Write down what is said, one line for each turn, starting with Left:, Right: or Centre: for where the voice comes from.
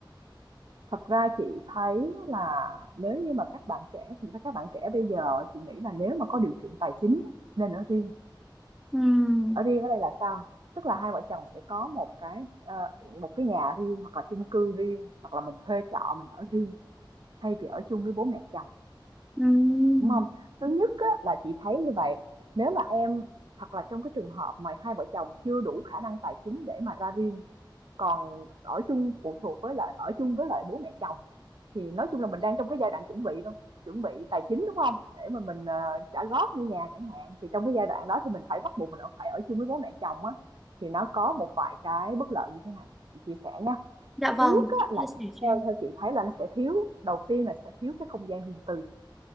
Right: Thật ra chị thấy là nếu như mà các bạn trẻ, thực ra các bạn trẻ bây giờ chị nghĩ là nếu mà có điều kiện tài chính á, nên ở riêng.
Centre: Ừm,
Right: Ở riêng ở đây là sao? Tức là hai vợ chồng sẽ có một cái ờ, một cái nhà riêng hoặc là chung cư riêng hoặc là mình thuê trọ mình ở riêng thay vì ở chung với bố mẹ chồng,
Centre: ừm,
Right: đúng không? Thứ nhất á, là chị thấy như vậy. Nếu mà em hoặc là trong cái trường hợp mà hai vợ chồng chưa đủ khả năng tài chính để mà ra riêng còn ở chung phụ thuộc với lại ở chung với lại bố mẹ chồng thì nói chung là mình đang trong cái giai đoạn chuẩn bị luôn chuẩn bị tài chính đúng không để mà mình ờ, trả góp mua nhà chẳng hạn thì trong cái giai đoạn đó thì mình phải bắt buộc mình ở- phải ở chung với bố mẹ chồng á thì nó có một vài cái bất lợi như thế này chị chia sẻ nha
Centre: Dạ vâng.
Right: thứ nhất
Centre: Chị
Right: á, là
Centre: chia sẻ cho
Right: theo
Centre: em.
Right: theo chị thấy là nó sẽ thiếu đầu tiên là sẽ thiếu cái không gian riêng tư